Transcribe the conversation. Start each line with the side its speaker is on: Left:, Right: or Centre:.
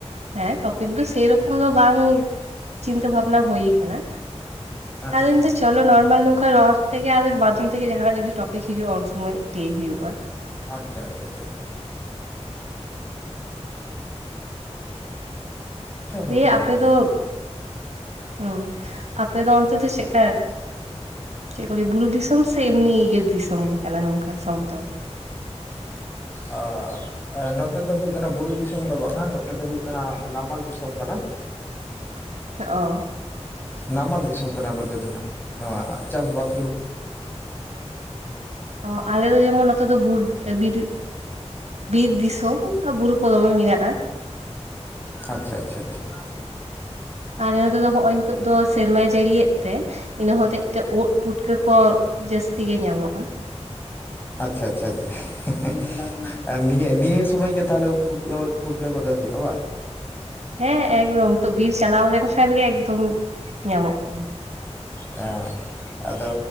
Right: ᱦᱮᱸ ᱴᱚᱯᱤᱠ ᱫᱚ ᱥᱮᱨᱚᱠᱚᱢ ᱫᱚ ᱵᱟᱝ ᱪᱤᱱᱛᱟᱹ ᱵᱷᱟᱵᱽᱱᱟ ᱦᱩᱭ ᱟᱠᱟᱱᱟ
Left: ᱟᱪᱪᱷᱟ
Right: ᱟᱫᱚ <inaudible> ᱪᱚᱞᱚ ᱱᱚᱨᱢᱟᱞ ᱱᱚᱝᱠᱟ ᱨᱚᱲ ᱛᱮᱜᱮ ᱟᱨ ᱢᱟᱫᱷᱚᱢ ᱛᱮᱜᱮ ᱡᱟᱦᱟᱱᱟᱜ ᱡᱩᱫᱤ ᱴᱚᱯᱤᱠ ᱦᱤᱡᱩᱜᱼᱟ ᱩᱱᱥᱚᱢᱚᱭ ᱞᱟᱹᱭ ᱦᱩᱭᱩᱜᱼᱟ
Left: ᱟᱪᱪᱷᱟ ᱟᱪᱪᱷᱟ ᱦᱮᱸ ᱦᱳᱭ
Right: ᱫᱤᱭᱮ
Left: ᱴᱷᱤᱠ
Right: ᱟᱯᱮ
Left: ᱜᱮᱭᱟ
Right: ᱫᱚ ᱦᱮᱸ ᱟᱯᱮ ᱫᱚ ᱚᱱᱛᱮ ᱫᱚ ᱪᱮᱫᱠᱟ ᱪᱮᱫ ᱠᱚ ᱞᱟᱹᱭ ᱵᱩᱨᱩ ᱫᱤᱥᱚᱢ ᱥᱮ ᱮᱢᱱᱤ ᱤᱭᱟᱹ ᱫᱤᱥᱚᱢ ᱜᱮ ᱠᱟᱱᱟ ᱱᱚᱝᱠᱟ ᱥᱚᱢᱚᱛᱚᱞ
Left: ᱚᱻ ᱱᱚᱛᱮ ᱫᱚ ᱦᱩᱭᱩᱜ ᱠᱟᱱᱟ ᱵᱩᱨᱩ ᱫᱤᱥᱚᱢ ᱫᱚ ᱵᱟᱝᱼᱟ ᱱᱚᱛᱮ ᱫᱚ ᱦᱩᱭᱩᱜ ᱠᱟᱱᱟ ᱱᱟᱢᱟᱞ ᱫᱤᱥᱚᱢ ᱠᱟᱱᱟ
Right: ᱚ
Left: ᱱᱟᱢᱟᱞ ᱫᱤᱥᱚᱢ ᱠᱟᱱᱟ ᱱᱚᱛᱮ ᱫᱚ ᱦᱟᱸᱜ ᱱᱚᱣᱟ ᱪᱟᱥᱼᱵᱟᱥ
Right: ᱚ ᱟᱞᱮ ᱫᱚ ᱡᱮᱢᱚᱱ ᱱᱚᱛᱮ ᱫᱚ ᱵᱤᱨ ᱵᱤᱨ ᱫᱤᱥᱚᱢ ᱟᱨ ᱵᱩᱨᱩ ᱠᱚ ᱫᱚᱢᱮ ᱢᱮᱱᱟᱜᱼᱟ
Left: ᱟᱪᱪᱷᱟ ᱟᱪᱪᱷᱟ ᱟᱪᱪᱷᱟ
Right: ᱟᱞᱮ ᱱᱚᱛᱮᱫᱚ ᱦᱚᱜᱼᱚᱭ ᱱᱤᱛᱳ ᱫᱚ ᱥᱮᱨᱢᱟᱭ ᱡᱟᱹᱲᱤᱭᱮᱫ ᱛᱮ ᱤᱱᱟᱹ ᱦᱚᱛᱮᱡ ᱛᱮ ᱩᱫ ᱯᱩᱴᱠᱟᱹ ᱠᱚ ᱡᱟᱹᱥᱛᱤ ᱜᱮ ᱧᱟᱢᱚᱜ-ᱟ᱾
Left: ᱟᱪᱪᱷᱟ ᱟᱪᱷᱟ ᱪᱟ᱾ ᱦᱮᱸ ᱦᱮᱸ ᱟᱨ ᱱᱤᱭᱟᱹ ᱱᱤᱭᱟᱹ ᱥᱚᱢᱚᱭ ᱜᱮ ᱛᱟᱦᱚᱞᱮ ᱩᱛ ᱯᱩᱴ ᱩᱛ ᱯᱩᱴᱠᱟᱹ ᱠᱚᱫᱚ ᱦᱩᱭᱩᱜ-ᱟ ᱵᱟᱝ?
Right: ᱦᱮᱸ ᱮᱠᱫᱚᱢ ᱱᱤᱛᱚᱜ ᱵᱤᱨ ᱪᱟᱞᱟᱣ ᱞᱮᱱᱠᱷᱟᱱ ᱜᱮ ᱮᱠᱫᱚᱢ ᱧᱟᱢᱚᱜ ᱠᱟᱱᱟ᱾
Left: ᱦᱮᱸ ᱟᱫᱚ